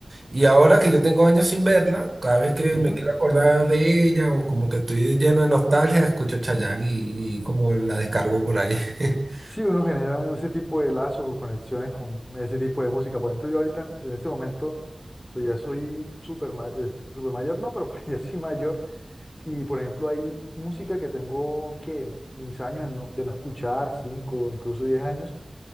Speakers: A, on the right (about 35°); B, on the left (about 25°).
A: y ahora que yo tengo años sin verla, cada vez que
B: Ujú.
A: me quiero acordar de ella o como que estoy lleno de nostalgia, escucho Chayanne y, y como la descargo por ahí. <laughs>
B: Sí, uno genera un- ese tipo de lazos o conexiones con ese tipo de música. Por ejemplo, yo ahorita, en este momento, pues ya soy súper ma- eh, súper mayor, no, pero <laughs> pues ya soy mayor. Y por ejemplo, hay música que tengo que mis años no- de no escuchar, 5 incluso 10 años,